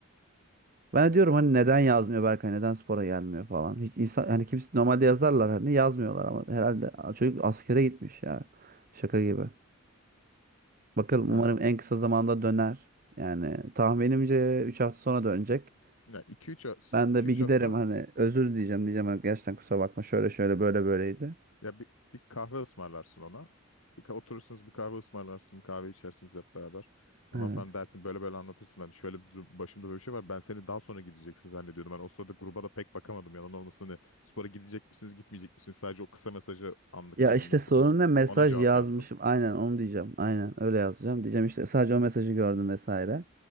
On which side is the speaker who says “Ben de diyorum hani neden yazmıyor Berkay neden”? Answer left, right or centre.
Right